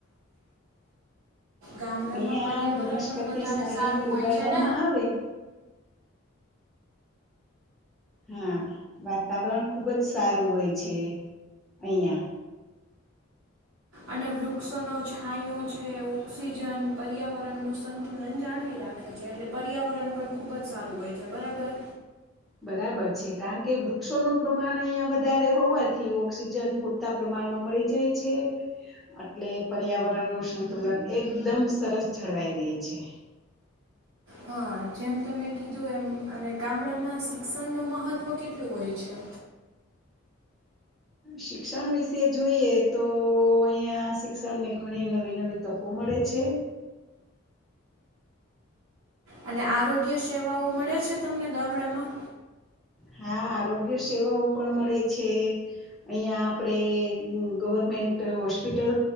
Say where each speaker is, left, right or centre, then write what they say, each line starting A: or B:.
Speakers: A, on the right; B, in the centre.
A: ગામડામાં
B: અઈયા
A: પર્યાવરણ
B: વનસ્પતિ
A: પણ વધારે
B: સારી
A: સારું હોય
B: ઉગાડવામાં
A: છે ને
B: આવે હા વાતાવરણ ખુબ જ સારું હોય છે અહિયાં
A: અને વૃક્ષોનો છાંયો છે ઓઑક્સિજન પર્યાવરણનું સંતુલન જાળવી રાખે છે એટલે પર્યાવરણ પણ ખૂબ જ સારું હોય છે બરાબર
B: બરાબર છે કારણ કે વૃક્ષોનું પ્રમાણ અહિયાં વધારે હોવાથી ઓક્સિજન પૂરતા પ્રમાણમાં મળી જાય છે એટલે પર્યાવરણ ન સંતુલન એકદમ સરસ જળવાઈ રહી છે
A: હા જેમ તમે કીધું એમ અને ગામડામાં શિક્ષણનું મહત્વ કેટલું હોય છે
B: શિક્ષણ વિશે જોઈએ તો અહિયાં શિક્ષણની ઘણી નવી નવી તકો મળે છે
A: અને આરોગ્ય સેવાઓ મળે છે તમને ગામડામાં
B: હા આરોગ્ય સેવાઓ પણ મળે છે અહિયાં આપડે ગવર્મેન્ટ હોસ્પિટલ